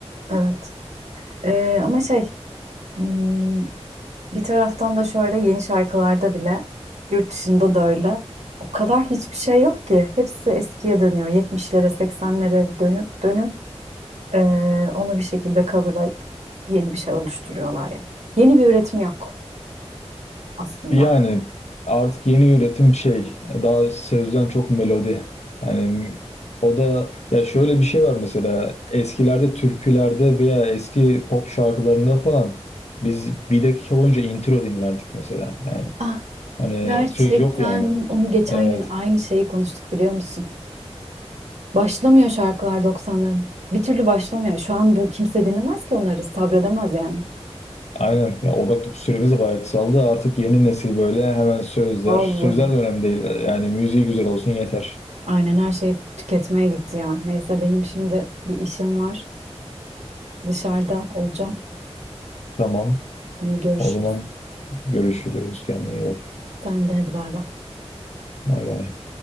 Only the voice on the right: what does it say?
Evet. Ee, ama şey hmm, bir taraftan da şöyle yeni şarkılarda bile yurt dışında da öyle. O kadar hiçbir şey yok ki. Hepsi eskiye dönüyor. 70'lere seksenlere dönüp dönüp ee, onu bir şekilde coverlayıp yeni bir şey oluşturuyorlar yani. Yeni bir üretim yok. aslında.
Ah,
gerçekten
onu geçen
gün aynı şeyi konuştuk biliyor musun? Başlamıyor şarkılar 90'ların. Bir türlü başlamıyor. Şu an bu kimse dinlemez ki onları, sabredemez yani.
Vallahi.
Aynen her şey tüketmeye gitti ya. Neyse benim şimdi bir işim var. Dışarıda olacağım.
Yine görüşürüz.
Sen de hadi bay bay.